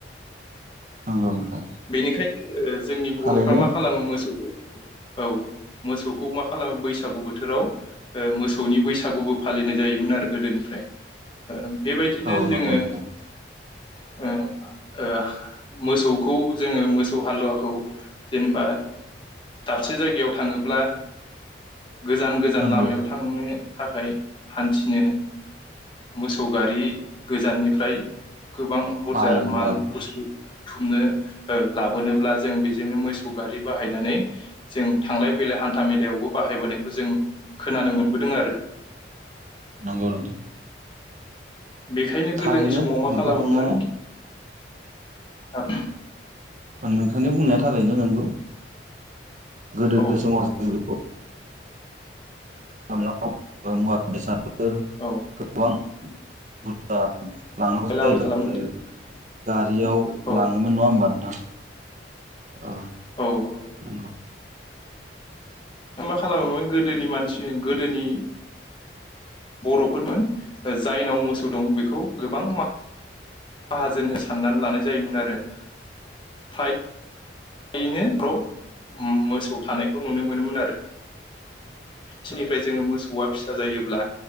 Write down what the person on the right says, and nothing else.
नोंगौ नोंथां।
थारैनो
औ
नंगौ नोंथां
नंगौ
बाहायोमोन
आरो
नांगौ नोंथां।
थारैनो
नोंथाङा
नोंथांनि बुंनाया थारैनो नोंगौ। गोदोनि
समाव जों बेखौ याव <unintelligible> मुवा बेसादफोर
गोबां गुता <unintelligible>
गारियाव
लाङोमोन नङा होमबा नोंथां? ओ
नंगौ